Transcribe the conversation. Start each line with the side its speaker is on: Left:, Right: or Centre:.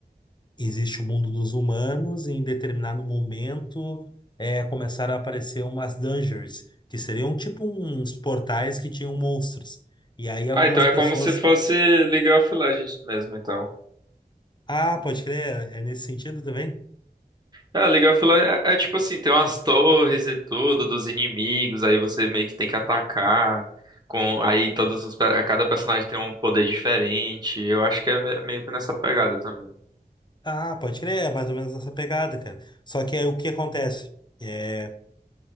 Left: existe o mundo dos humanos e em determinado momento é, começaram a aparecer umas dungeons, que seriam tipo uns portais que tinham monstros. E aí algumas
Right: Ah, então é
Left: pessoas
Right: como se fosse League of Legends mesmo, então.
Left: Ah, pode crer, é nesse sentido também?
Right: É, League of Legends é, é tipo assim, tem umas torres e tudo dos inimigos, aí você meio que tem que atacar com aí todos os pe- cada personagem tem um poder diferente. Eu acho que é me- meio que nessa pegada também.
Left: Ah, pode crer, é mais ou menos essa pegada, cara. Só que aí o que acontece? É,